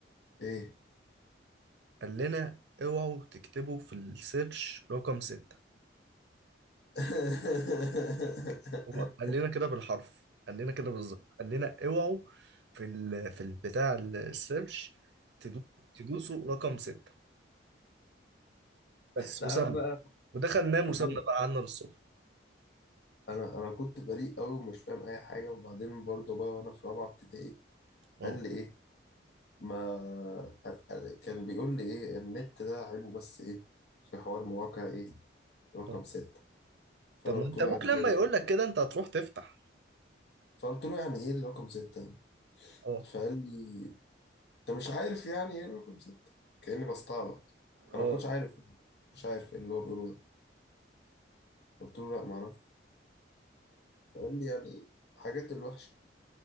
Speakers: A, on the left; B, on the right.
A: ايه
B: قال لنا اوعوا تكتبوا في السيرش رقم ستة
A: <laughs>
B: هو قال لنا كده بالحرف قال لنا كده بالظبط قال لنا اوعوا في ال... في البتاع السيرش تدو- تدوسوا رقم ستة بس
A: تعرف
B: آه. وسابنا
A: بقى
B: ودخل نام
A: ابوه
B: وسابنا بقى قعدنا للصبح
A: انا انا كنت بريء قوي ومش فاهم اي حاجه وبعدين برضه بقى وانا في رابعه ابتدائي
B: اه
A: قال لي ايه ما قال- قال- كان بيقول لي ايه النت ده عيبه بس ايه في حوار مواقع ايه رقم
B: اه
A: ستة فأنا
B: طب ما
A: قلت
B: انت
A: له
B: ابوك
A: يعني
B: لما
A: إيه
B: يقول لك كده انت هتروح تفتح
A: فقلت له يعني إيه الرقم ستة
B: اه
A: فقال لي أنت مش عارف يعني إيه رقم ستة كأني بستعبط أنا
B: اه
A: ما كنتش عارف ما كنتش عارف إيه اللي هو بيقوله ده قلت له لا معرفش فقال لي يعني حاجات الوحشة